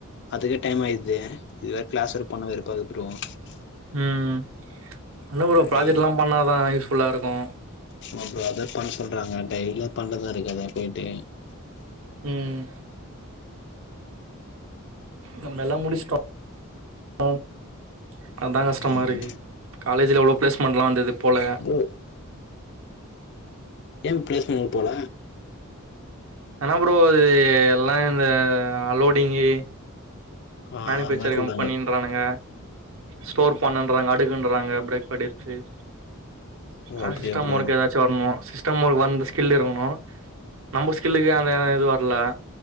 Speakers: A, on the left; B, on the right.
A: அதுக்கே டைம் ஆயிடுது இதுல கிளாஸ் எடுப்பாங்களா <unintelligible>
B: உம் இன்னு ஒரு ப்ராஜெக்ட்
A: டெய்லி
B: எல்லா பண்ணாதா யூஸ்புள்ளா இருக்கு
A: ஆமா ப்ரோ அதா பண்ண சொல்றாங்க டெலியு பண்ணி தா இருக்கே போயிட்டு
B: உம் நம்ம எல்லா முடிச்சிட்டோ <unintelligible> அதா கஷ்டமா
A: ம்
B: இருக்கு காலேஜ்ல எவ்வளோ பிளேஸ்மென்ட் எல்லாம் வந்தது போலே
A: ப்ரோ ஏ பிளேஸ்மெண்ட் போல
B: ஆனா ப்ரோ அது எல்லா இந்த அலோடிங்கு
A: ஆ
B: மேனுபேக்சரி
A: அது மாரி கூப்டாங்க
B: கம்பனின்றானுங்க ஸ்டோர் பண்னுங்றாங்க அடுக்குன்றாங்க அப்படி <unintelligible>
A: ஓ
B: ஆனா
A: அப்டியா
B: சிஸ்டம்
A: ப்ரோ
B: வர்க்கு ஏதாச்சு வரணும் சிஸ்டம் ல வந்த ஸ்கில்லு இருக்கணு நம்ம ஸ்கில்லுக்கு அந்த இது வரல